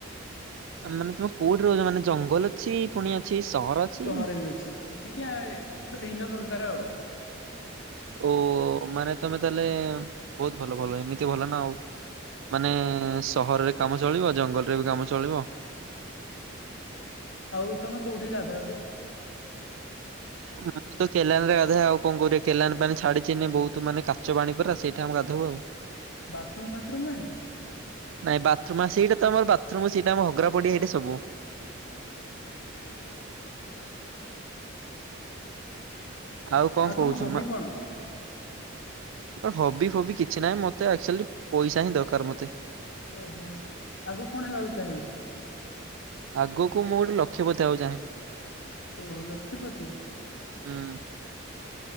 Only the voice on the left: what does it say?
ସହର ବି ଅଛି ଟିକେ ଗୋଟେ ଭିନ୍ନ ପ୍ରକାର ଆଉ।
ଆଉ ତମେ କୋଉଠି ଗାଧାଅ ଯେ?
ବାଥରୁମ୍ ଫାଥରୁମ୍ ନାହିଁ?
ଓହୋ।
ତମ ହବି
କଣ?
ଓହୋ ଆଗକୁ କଣ ହେବାକୁ ଚାହିଁବେ?
ଓହୋ ଲକ୍ଷପତି।